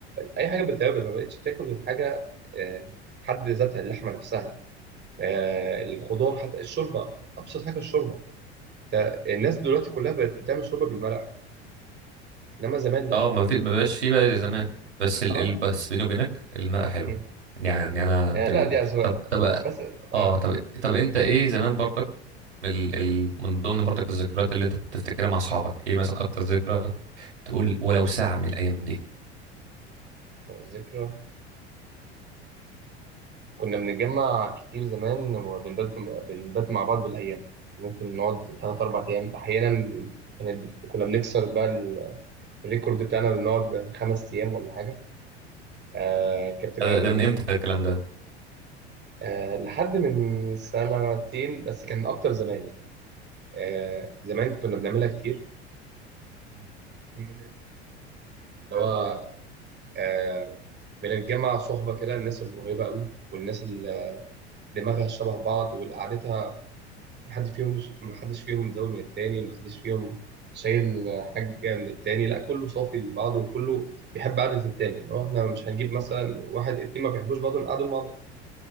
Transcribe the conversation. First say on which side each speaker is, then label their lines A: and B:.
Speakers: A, on the right; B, on the right.
A: اي حاجه بالتوابل ما بقتش تاكل غير حاجه آه، حد ذاتها اللحمه نفسها آه، الخضار حتى الشوربه ابسط حاجه الشوربه ت- الناس
B: مم.
A: دلوقتي كلها بقت بتعمل شوربه بالمرقه انما زمان لا
B: اه ما في ما بقاش فيه بقى زي زمان بس ال...
A: اه
B: ال... بس بيني وبينك المرأة حلوة
A: مم.
B: يعني انا
A: آه،
B: من تجربة
A: لا دي اذواق
B: طب
A: بقى
B: طب
A: بس اه
B: اه طب طب انت ايه زمان برضك ال... ال... من ضمن برضك الذكريات اللي انت بتفتكرها مع اصحابك ايه مثلا اكتر ذكرى تقول ولو ساعة من الايام دي
A: طب ذكرى كنا بنتجمع كتير زمان وبنبات بنبات مع بعض بالأيام ممكن نقعد تلات أربع أيام أحيانا كانت بت... كنا بنكسر بقى ال- الريكورد بتاعنا بنقعد خمس أيام ولا حاجة آه
B: مم.
A: كانت بتبقى
B: ده,
A: أيام
B: ده
A: جميلة
B: من امتى الكلام ده
A: آه لحد من سنتين بس كان أكتر زمان يعني آه زمان كنا بنعملها كتير
B: مم.
A: اللي هو آه بنتجمع صحبة كده الناس القريبة قوي والناس اللي دماغها شبه بعض والقعدة محدش فيهم محدش فيهم مزود من التاني محدش فيهم شايل حاجة من التاني لا كله صافي لبعضه وكله بيحب قعدة التاني لو احنا مش هنجيب مثلا واحد اتنين ما بيحبوش بعض نقعدوا مع بعض